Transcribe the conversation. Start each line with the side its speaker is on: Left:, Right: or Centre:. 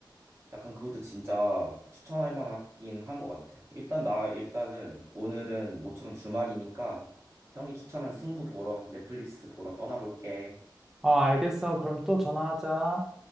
Right: 약간 그것도 진짜 추천할 만하긴 한 것 같아. 일단 나 일단은 오늘은 모처럼 주말이니까 형이 추천한 승부 보러 넷플릭스 보러 떠나볼게.
Centre: 아, 알겠어. 그럼 또 전화하자.